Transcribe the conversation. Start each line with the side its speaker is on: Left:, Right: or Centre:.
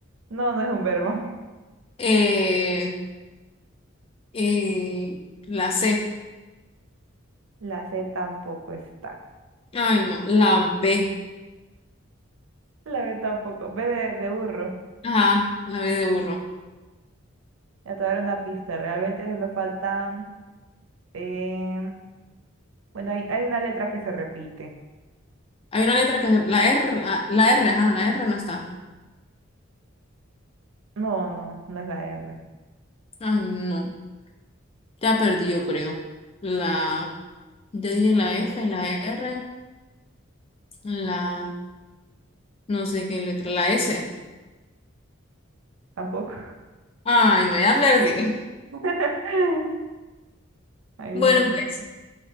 Right: No, no es un verbo. <laughs>
Left: Eh, eh, la C.
Right: La C tampoco está.
Left: Ay, no. La B.
Right: La B tampoco. B de, de burro.
Left: Ajá, la B de burro.
Right: Ya te voy a dar una pista. Realmente solo faltan. Eh, bueno, hay, hay una letra que se repite.
Left: Hay una letra que... La R, ah, la R, ajá, la R no está.
Right: No, no, no es la R.
Left: Ay, no, ya perdí, yo creo. La, ya dije la F, la R, la, no sé qué letra, la S.
Right: Tampoco.
Left: Ay, no, ya perdí.
Right: <laughs> Ahí
Left: Bueno,
Right: los ojitos.
Left: pues